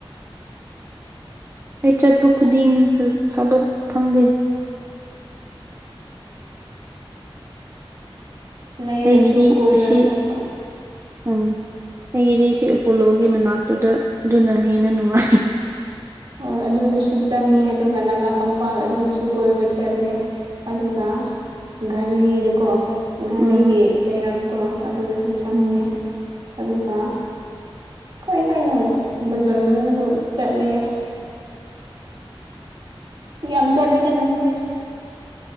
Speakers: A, on the right; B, on the right.
A: ꯑꯩ ꯆꯠꯄ ꯈꯨꯗꯤꯡ
B: ꯑꯁ
A: ꯐꯕ ꯐꯪꯗꯦ
B: ꯂꯩꯔꯁꯨꯨ
A: ꯑꯩꯒꯤꯗꯤ
B: ꯀꯣꯏꯔ
A: ꯑꯁꯤ
B: ꯆꯠꯄ
A: ꯎꯝ ꯑꯩꯒꯤꯗꯤ ꯁꯤ ꯑꯦꯄꯣꯂꯣꯒꯤ ꯃꯅꯥꯛꯇꯨꯗ ꯑꯗꯨꯅ ꯍꯦꯟꯅ ꯅꯨꯡꯉꯥꯏ
B: ꯍꯣꯏ ꯑꯗꯨꯗꯨꯁꯨ ꯆꯪꯉꯦ ꯑꯗꯨꯒ ꯅꯥꯒꯥ ꯃꯝꯄꯥꯛ ꯑꯗꯨꯗꯨꯁꯨ ꯀꯣꯏꯕ ꯆꯠꯂꯦ ꯑꯗꯨꯒ ꯘꯂꯤꯗꯀꯣ ꯘꯂꯤꯒꯤ
A: ꯎꯝ
B: ꯂꯩꯔꯛꯇꯣ ꯑꯗꯨꯗꯁꯨ ꯆꯪꯉꯦ
A: ꯎꯝ
B: ꯑꯗꯨꯒ ꯀꯔꯤ ꯀꯩꯅꯣ ꯕꯖꯥꯔ ꯃꯅꯨꯡꯁꯨ ꯆꯠꯂꯦ ꯁꯤ ꯌꯥꯝ ꯆꯠꯂꯦꯗ ꯉꯁꯤꯁꯦ